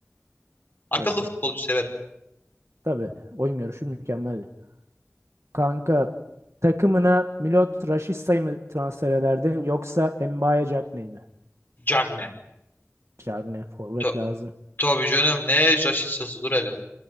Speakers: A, on the left; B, on the right.
A: Akıllı
B: Tamam.
A: futbolcu severim.
B: Tabii. Oyun görüşü mükemmel. Kanka takımına Milot Rashica mı transfer ederdin yoksa Mbaye Diagne mi?
A: Cagne.
B: Diagne forvet
A: To
B: lazım.
A: tabii canım. Ne Rashica dur hele.